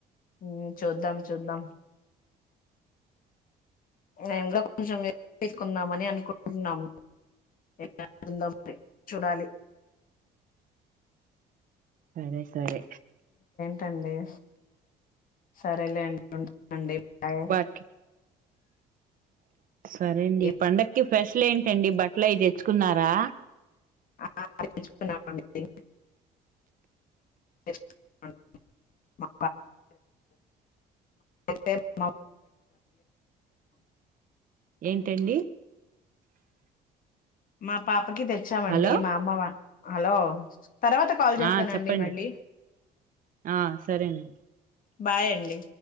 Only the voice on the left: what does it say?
హ్ చూద్దాం చూద్దాం. మేము కూడ కొంచెం ఎసి తీసుకుందామని అనుకుంటున్నాము. ఎమవుతుందో మరి చూడాలి.
టెన్ డేస్ సరేలేండి ఉంట అండి బాయ్.
ఏం-
ఆ <inaudible> తెచ్చుకున్నాం అండి. <inaudible> మా <inaudible> మా <inaudible>
మా పాపకి తెచ్చామండి
మా అమ్మవా హలో తర్వాత కాల్ చేస్తానండి
మళ్ళీ.
బాయండి.